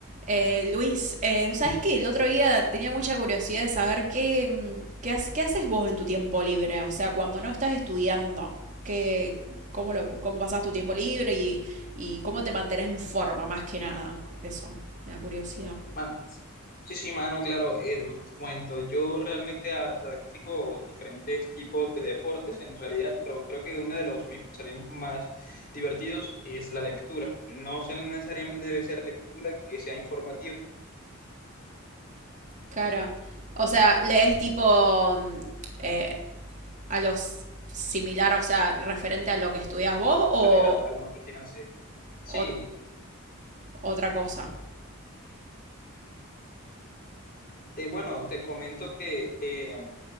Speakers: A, on the right (about 35°); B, on the left (about 45°).
A: Eh, Luis, eh, ¿sabes qué? El otro día tenía mucha curiosidad de saber qué, mm, qué, hac- qué haces vos en tu tiempo libre, o sea, cuando no estás estudiando, qué, cómo lo, cómo pasás tu tiempo libre y, y cómo te mantenés en forma, más que nada. Eso, me da curiosidad.
B: Mano, sí, sí, mano, claro, eh, de verdad te cuento. Yo realmente ah, practico diferentes tipos de deportes en realidad, pero creo que uno de los mis pasatiempos más divertidos es la lectura. No se- no necesariamente debe ser lectura que sea informativa,
A: Cara, o sea, lees tipo mm, eh, a los similar, o sea, referente a lo que estudias vos o,
B: leer al- algún otro tirante. Sí,
A: o otra cosa.
B: eh, bueno, te comento que eh,